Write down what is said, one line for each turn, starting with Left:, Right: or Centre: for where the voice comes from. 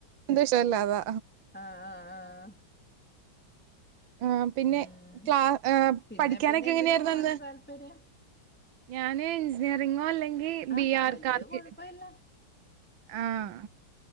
Right: എന്തോ ഇഷ്ടല്ല അതാ
Centre: ആഹ് ആഹ് ആഹ്
Right: ആഹ് പിന്നെ
Centre: ഉം
Right: ക്ലാ
Centre: പിന്നെ
Right: പഠിക്കാനൊക്കെ
Centre: പിന്നെ എന്തിന്
Right: എങ്ങനെയായിരുന്നു
Centre: പോവാനാ
Right: അന്ന്
Centre: താല്പര്യം
Right: ഞാന് എഞ്ചിനീയറിങ്ങോ അല്ലെങ്കിൽ ബി
Centre: ആഹ്
Right: ആർക്കാർക്ക
Centre: വല്യ കൊഴപ്പല്ല
Right: ആഹ്